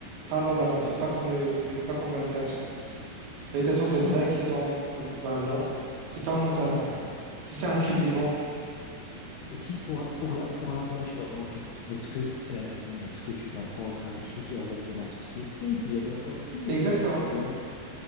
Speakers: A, on the right; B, on the left.
A: Pas un nom de la banque, c'est pas comme les- c'est pas comme l'invitation. l'habitation
B: si,
A: c'est vrai qu'ils ont. euh, Ben non, c'est pas au nom
B: si,
A: de la banque. Si c'est un
B: si,
A: crédit banque,
B: si pour, pour la, pour la voiture. Donc, est-ce que, euh, mais est-ce que tu vas prendre un crédit au nom de la société, si j'ai bien compris,
A: exactement.
B: ou bien au nom de la...